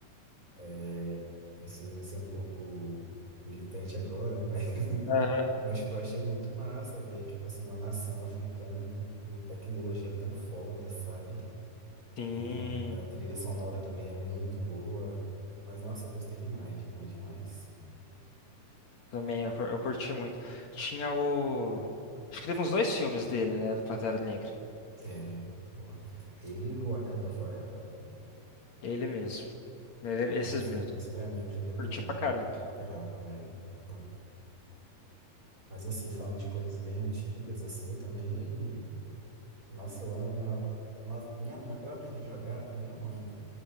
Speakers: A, on the right (about 25°); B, on the left (about 60°).
A: é, vai ser vai ser um pouco militante agora, mas <laughs>
B: Aham.
A: mas tipo, eu achei muito massa ver, tipo assim, uma nação africana com, com tecnologia tão foda, sabe?
B: Sim.
A: E a trilha sonora também era muito boa. Mas, nossa, eu gostei demais, demais, demais.
B: Também, eu, cur- eu curti muito. Tinha o. Acho que teve uns dois filmes dele, né? Do Pantera Negra.
A: Teve. Eu- Ele e o Wakanda Forever.
B: Ele mesmo. Ele- esses
A: Mas,
B: mesmo.
A: mas para mim, o primeiro
B: Curti
A: Pantera
B: pra
A: Negra
B: caramba.
A: é insuperável, velho. Muito bom. Mas, assim, falando de coisas bem antigas, assim, eu também... Nossa, eu amava... Nossa, minha mãe... Eu aprendi a jogar com minha mãe.